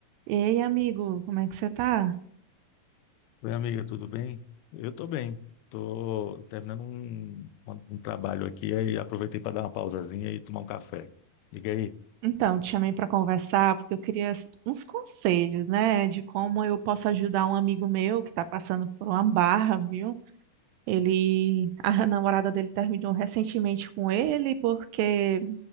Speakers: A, on the right (about 80°); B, on the left (about 85°).
A: Ei, amigo, como é que você tá?
B: Oi, amiga, tudo bem? Eu tô bem. Tô terminando um, um um trabalho aqui aí aproveitei para dar uma pausazinha e tomar um café. Diga aí.
A: Então, te chamei para conversar porque eu queria s- uns conselhos, né, de como eu posso ajudar um amigo meu que tá passando por uma barra, viu? Ele, a <laughs> namorada dele terminou recentemente com ele porque